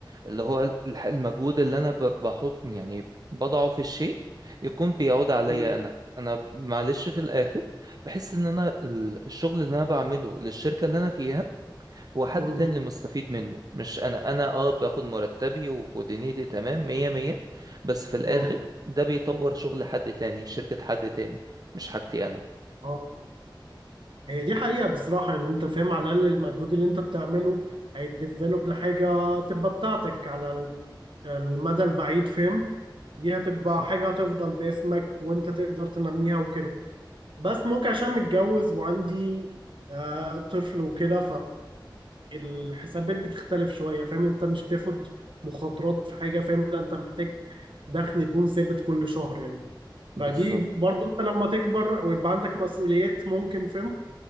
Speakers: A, on the right (about 50°); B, on the right (about 80°).
A: اللي هو الح- المجهود اللي انا ب- بحط يعني بضعه في الشيء يكون بيعود عليا
B: مم.
A: انا انا معلش في الاخر بحس ان انا ال- الشغل اللي انا بعمله للشركة اللي انا فيها هو حد
B: مم.
A: تاني اللي مستفيد منه مش انا انا اه باخد مرتبي و- ودنيتي تمام مية مية بس في الاخر
B: مم.
A: ده بيطور شغل حد تاني شركة حد تاني مش حاجتي انا
B: اه هي دي حقيقة بصراحة يعني انت فاهم على الأقل المجهود اللي انت بتعمله هيديفلوب لحاجة تبقى بتاعتك على ال- المدى البعيد فاهم دي هتبقى
A: بالظبط
B: حاجة هتفضل باسمك وانت تقدر تنميها وكده بس ممكن عشان متجوز وعندي آه طفل وكده فالحسابات بتختلف شوية فاهم انت مش بتاخد مخاطرات في حاجة فاهم لا انت محتاج دخل يكون ثابت كل شهر يعني
A: بالظبط
B: فدي برضو انت لما تكبر ويبقى عندك مسؤوليات ممكن فهم